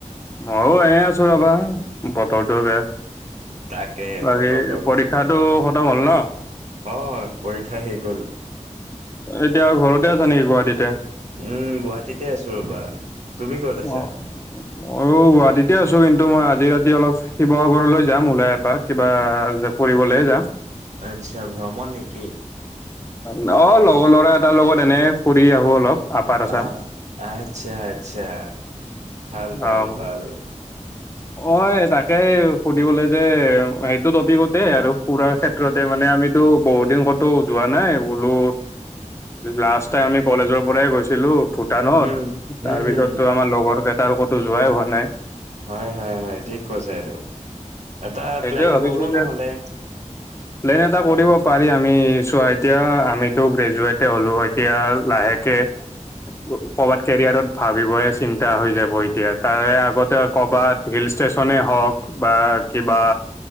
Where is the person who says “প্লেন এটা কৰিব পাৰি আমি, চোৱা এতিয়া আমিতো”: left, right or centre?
Left